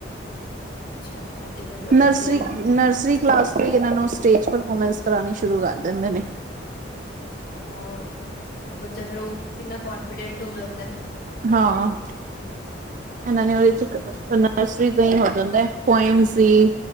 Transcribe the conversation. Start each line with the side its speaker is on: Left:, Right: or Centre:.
Left: ਅੱਛਾ, ਐ ਤੇ ਫਿਰ
Right: ਨਰਸਰੀ
Left: ਵਧੀਆ
Right: ਨਰਸਰੀ ਕਲਾਸ ' ਤੋਂ ਹੀ ਇਹਨਾਂ ਨੂੰ ਸਟੇਜ ਪਰਫੋਰਮੈਂਸ ਕਰਵਾਉਣੀ ਸ਼ੁਰੂ ਕਰ ਦਿੰਦੇ ਨੇ।
Left: ਵਾੳ, ਤੇ ਬੱਚਾ ਫਿਰ ਉਹ ਕਿੰਨਾ ਕੋਨਫੀਡੈਂਟ ਹੋ ਜਾਂਦਾ।
Right: ਹਾਂ। ਇਹਨਾਂ ਨੇ ਉਹਦੇ 'ਚ, ਨਰਸਰੀ ਦਾ ਹੀ ਹੋ ਜਾਂਦਾਂ ਪੋਇਮਂਸ ਹੀ